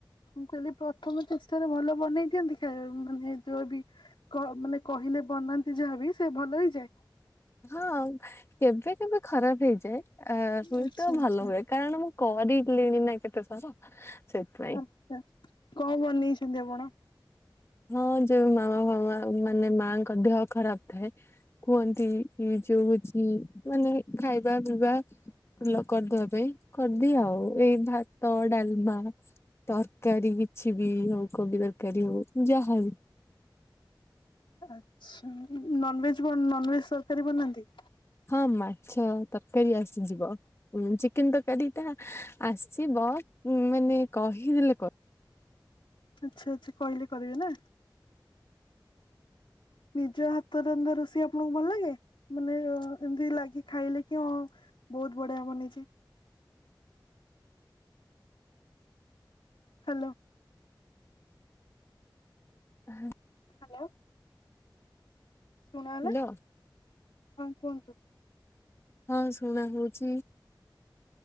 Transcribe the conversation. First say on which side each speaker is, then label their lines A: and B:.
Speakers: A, on the left; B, on the left.
A: ମୁଁ କହିଲି ପ୍ରଥମ ଚେଷ୍ଟାରେ ଭଲ ବନେଇ ଦିଅନ୍ତି ଖାଇବା ମାନେ ଯୋଉ ବି? କ ମାନେ କହିଲେ ବନାନ୍ତି ଯାହାବି ସେ ଭଲ ହେଇଯାଏ?
B: ହଁ କେବେ କେବେ ଖରାପ ହେଇଯାଏ। ହୁଏତ
A: ଆଚ୍ଛା
B: ଆ ଭଲ
A: ଆଚ୍ଛା
B: ହୁଏ। କାରଣ ମୁଁ କରିଲିଣି ନା କେତେ ଥର ସେଇଥିପାଇଁ।
A: ଆଛା କଣ ବନେଇଛନ୍ତି ଆପଣ?
B: ହଁ ଯୋଉ ମାମା ମାମା ମାନେ ମାଙ୍କ ଦେହ ଖରାପ ଥାଏ କୁହନ୍ତି ଇ ଯୋଉ ହୋଉଛି ମାନେ ଖାଇବା ପିଇବା ଲ କରିଦବା ପାଇଁ କରିଦିଏ ଆଉ। ଏଇ ଭାତ ଡାଲମା ତରକାରୀ କିଛି ବି ହଉ କୋବି ତରକାରୀ ହଉ ଯାହାବି
A: ଆଛା ନନଭେଜ ବନ୍ ନନଭେଜ ତରକାରୀ ବନାନ୍ତି?
B: ହଁ ମାଛ ତରକାରୀ ଆସିଯିବ। ଚିକେନ ତରକାରୀଟା ଆସିବ ମାନେ କହିଦେଲେ କ
A: ଆଚ୍ଛା ଆଚ୍ଛା କହିଲେ କରିବେ ନା? ନିଜ ହାତରନ୍ଧା ରୋଷେଇ ଆପଣଙ୍କୁ ଭଲ ଲାଗେ ମାନେ ଏମତି ଲାଗି ଖାଇଲେ କି ହଁ ବହୁତ୍ ବଢିଆ ବନେଇଛି। ହ୍ୟାଲୋ।
B: ହଁ।
A: ହ୍ୟାଲୋ। ଶୁଣ ହେଲା,
B: ହ୍ୟାଲୋ
A: ହଁ କୁହନ୍ତୁ।
B: ହଁ ଶୁଣା ହଉଚି।